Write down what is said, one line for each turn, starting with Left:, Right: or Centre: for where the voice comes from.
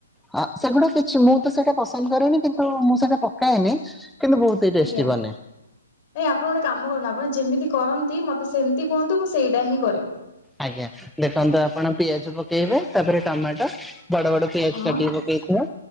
Centre: ହଁ ସେଗୁଡା କିଛି ମୁଁ ତ ସେଇଟା ପସନ୍ଦ କରିନି କିନ୍ତୁ ମୁଁ ସେଟା ପକାଏନି କିନ୍ତୁ ବହୁତ ହି ଟେଷ୍ଟି
Left: ଆଜ୍ଞା।
Centre: ବନେ।
Left: ଏ ଆପଣ ଗୋଟେ କାମ କରନ୍ତୁ ଆପଣ ଯେମିତି କରନ୍ତି ମତେ ସେମିତି କୁହନ୍ତୁ ମୁଁ ସେଇଟା ହିଁ କରିବି।
Centre: ଆଜ୍ଞା ଦେଖନ୍ତୁ ଆପଣ ପିଆଜ ପକେଇବେ ତାପରେ ଟମାଟୋ ବଡ ବଡ ପିଆଜ
Left: ହଁ
Centre: କାଟିକିପକେଇଥିବା